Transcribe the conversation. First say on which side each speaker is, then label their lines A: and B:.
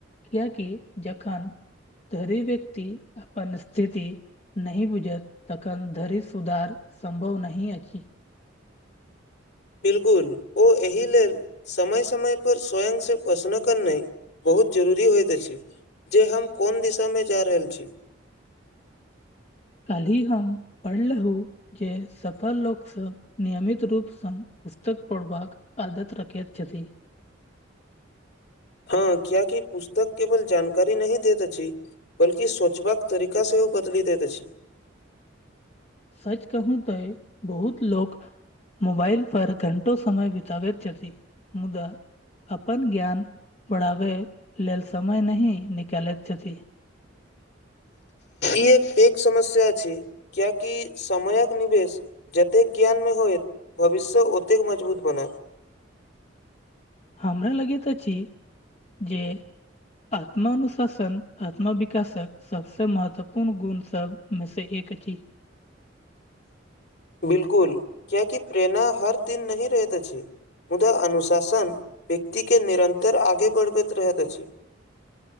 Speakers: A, on the left (about 35°); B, on the left (about 60°).
A: किएकि जखन तरी व्यक्ति अपन स्थिति नहि बुझत तखन धरि सुधार सम्भव नहि अछि
B: बिलकुल ओ एहि लेल समय समयपर स्वयंसँ पोसनो करनाइ बहुत जरूरी होइत अछि जे हम कोन दिशा में जा रहल छी
A: कल्हि हम पढ़लहु जे सफल लोकसँ नियमित रूप स पुस्तक पढ़बाक आदत रखिय छथि
B: हँ कियेकि पुस्तक केवल जानकारी नहि दैत अछि बल्कि सोचबाक तरीका सेहो बदइल दैत अछि
A: सच कहू तऽ बहुत लोको मोबाइल पर घंटो समय बितब मुदा अपन ज्ञान बढ़ाबै लेल समय नै निकालैत छथि
B: ई एक प समस्या अछि कियकि समयक निवेश जतेक ज्ञान में होय भविष्य ओतेक मजबूत बनत
A: हमरा लगैत अछि जे आत्मानुशासन आत्मा विकासक सबस महत्वपूर्ण गुण सब मे स एकची
B: बिलकुल कियाकि प्रेरणा हर दिन नही रहैत अछि मुदा अनुशासन व्यक्ति के निरन्तर आगे बढ़बैत रहैत अछि